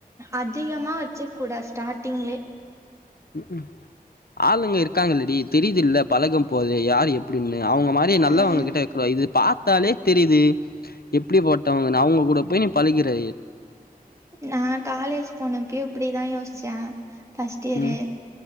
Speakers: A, on the right; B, on the left.
A: அதிகமா வச்சு கூடா ஸ்டார்ட்டிங்லே
B: ம்ஹூம் ஆளுங்க இருக்காங்க இல்லடி தெரியுதுல்ல பழகம் போதே யாரு எப் டின்னு அவுங்க மாரி நல்லவங்க
A: ம்
B: கிட்ட வெக்கிற இது பாத் தாலே தெரியுது எப்டி பட்டவங்கனு அவுங்க கூட போய் நீ பழகிர்ற
A: நா காலேஜ் போனப்பயு இப்டிதா யோசிச்சே ஃபஸ்ட்டியரு
B: ம்